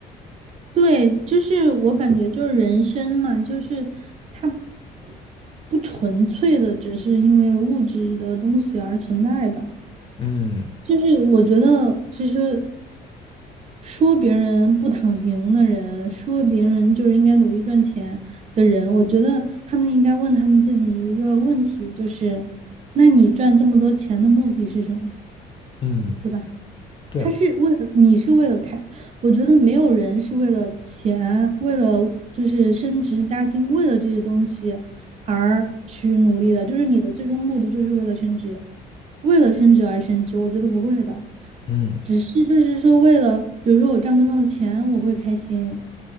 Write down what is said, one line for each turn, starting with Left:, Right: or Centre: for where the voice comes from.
Right: 对，就是我感觉就是人生嘛，就是它不纯粹的只是因为物质的东西而存在的。
Left: 嗯
Right: 就是我觉得，其实说别人不躺平的人，说别人就是应该努力赚钱的人，我觉得他们应该问他们自己一个问题，就是，那你赚这么多钱的目的是什么，
Left: 嗯，
Right: 对吧？
Left: 对啊，
Right: 他是为了你是为了开，我觉得没有人是为了钱，为了就是升职加薪，为了这些东西而去努力的，就是你的最终目的就是为了升职，为了升职而升职，我觉得不会的。
Left: 嗯
Right: 只是就是说，为了比如说我赚更多的钱，我会开心，